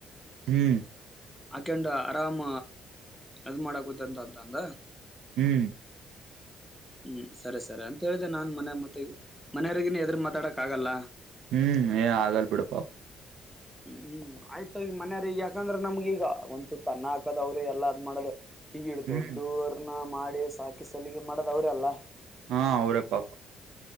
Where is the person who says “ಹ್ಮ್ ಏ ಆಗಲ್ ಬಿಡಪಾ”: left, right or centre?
Right